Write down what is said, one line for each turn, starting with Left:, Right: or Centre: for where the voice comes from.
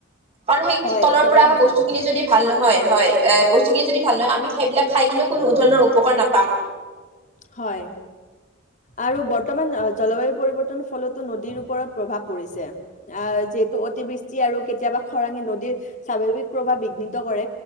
Right: কাৰণ সেই
Left: হয়,
Right: তলৰ
Left: একেবাৰে
Right: পৰা অহা
Left: সঁচা
Right: বস্তু
Left: কথা।
Right: খিনি যদি ভাল নহয় হয় বস্তুখিনি যদি ভাল নহয় আমি সেইবিলাক খাই কিনেও কোনো ধৰণৰ উপকাৰ নাপাম।
Left: হয় আৰু বৰ্তমান জলবায়ু পৰিৱৰ্তনৰ ফলতো নদীৰ ওপৰত প্ৰভাৱ পৰিছে। আ যিহেতু অতিবৃষ্ট যি আৰু কেতিয়াবা খৰাঙি নদীৰ স্বাভাৱিক প্ৰভাৱ বিঘ্নিত কৰে